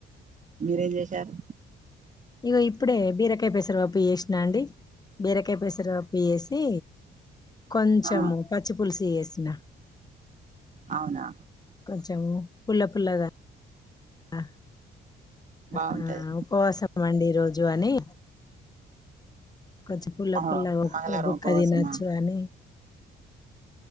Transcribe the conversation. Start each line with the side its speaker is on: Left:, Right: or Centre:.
Right: మీరేం చేసారు
Left: ఇగో ఇప్పుడే బీరకాయ పేసర పప్పు చేేసినా అండి. బీరకాయ పెసర పప్పు చేసి కొంచెము
Right: ఆ
Left: పచ్చి పులుసు చేస్ సిన
Right: అవునా
Left: కొంచెం పుల్ల పుల్లగా ఆ
Right: బాగుంటది
Left: ఆ ఉపవాసం అండి ఈ రోజ్ జానీ కొంచెం పుల్ల
Right: ఓహో
Left: పుల్లగ
Right: మంగళవారం
Left: ఒ బుక్క
Right: ఉపవాసమా
Left: తినొచ్చు అని